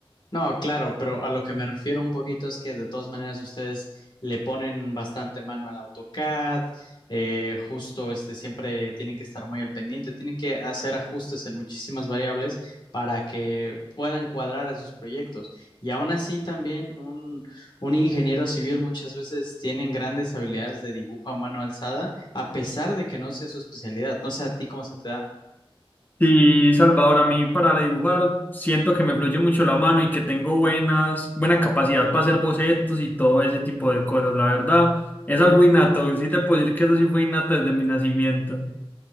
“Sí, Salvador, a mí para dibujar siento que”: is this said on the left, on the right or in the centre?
Left